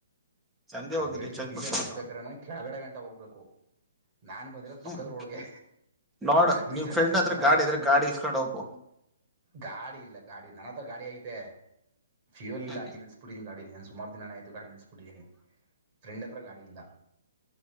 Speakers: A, in the centre; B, on the right (about 35°).
A: ಹಂಗೆ
B: ನಂದ
A: ಹೋಗಿ
B: ಹೇಳ್ತೀವಿ
A: ರೀಚಾರ್ಜ್
B: ಬೀಸೇನ್
A: ಮಾಡ್ಬೋದಲ್ಲ
B: ಮಾಡ್ಸ್ಬೇಕ್ರ ನಗೆ ಕೆಳಗಡೆ ಗಂಟೆ ಹೋಗ್ಬೇಕು ನಾನ್ ಬಂದಿರ ಪಕ್ಕದ್
A: ಹ್ಮ್
B: ರೋಡ್ಗೆ
A: ನೋಡ
B: ರೀಸೇಲ್
A: ನಿಮ್ ಫ್ರೆಂಡ್
B: ಮಾಡ್ಸಕ್ಕೆ
A: ಹತ್ರ
B: ನಾನು ಅರ್ಧ
A: ಗಾಡಿ
B: ಕಿಲೋಮೀಟ್ರ್
A: ಇದ್ರೆ ಗಾಡಿ ಇಸ್ಕೊಂಡ ಹೋಗು
B: ಗಾಡಿ ಇಲ್ಲ ಗಾಡಿ ನನತ್ರ ಗಾಡಿ ಆಐ್ತ ಮ ಫ್ಯೂಲ್ ಇಲ್ಲ
A: ಹ್ಮ್
B: ಹಂಗೆ ನಿಲ್ಸ್ಬಿಟ್ಟೀನಿ ಗಾನ ನಾನು ಸುಮಾರ ದಿನಾನಯ್ತು ಗಾಡಿ ನಿಲ್ಸ್ಬಿಟ್ಟೀಿನಿ ಫ್ರೆಂಡ್ ಹತ್ರ ಗಾಡಿ ಇಲ್ಲ